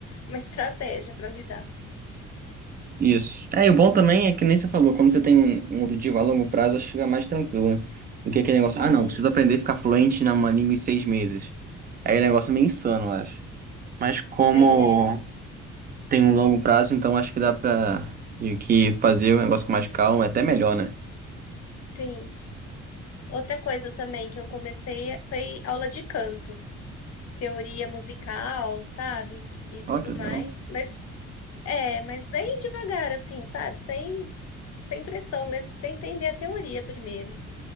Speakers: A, on the left; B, on the right.
A: uma estratégia para lidar.
B: Isso. É, e o bom também é que nem você falou, quando você tem um, um objetivo a longo prazo, acho que fica mais tranquilo. né? Do que aquele negócio,
A: Sim,
B: ah, não, preciso aprender a ficar fluente numa língua em seis meses. Aí o negócio é meio insano, eu acho. Mas como
A: é,
B: tem um longo prazo, então acho que dá pra meio que fazer o negócio com mais calma, é até melhor, né?
A: sim. Outra coisa também que eu comecei é, foi aula de canto, teoria musical, sabe? E tudo
B: Ó, que legal.
A: mais. Mas é, mas bem devagar, assim, sabe? Sem, sem pressão mesmo para entender a teoria primeiro.